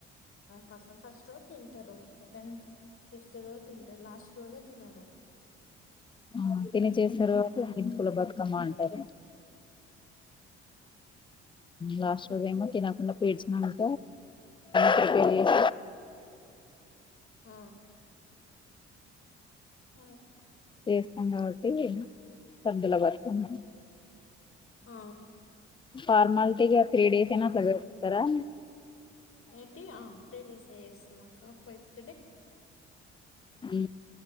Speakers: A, on the left; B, on the left.
A: ఫ ఫస్ట్ రోజు తింటారు సెకండ్ ఫిఫ్త్ రోజు తింటారు లాస్ట్ రోజే తినరు
B: ఆ తిని
A: ఉమ్.
B: చేస్తారు కాబట్టి ఎంగిలిపూల బతుకమ్మా అంటారు లాస్ట్ రోజ ఏమో తినకుండా పీడ్చినంట ప్రిపేర్ చేసి
A: ఆ ఆ
B: చేస్తాం కాబట్టి సద్దుల బతుకమ్మ
A: ఆ,
B: ఫార్మాలిటీగా త్రీ డేస్ ఏనా అట్లా జరుగుతారా
A: నైటీ త్రీ డేస్ అస్తాం అక్క ఫైఫ్త్ డే
B: ఉ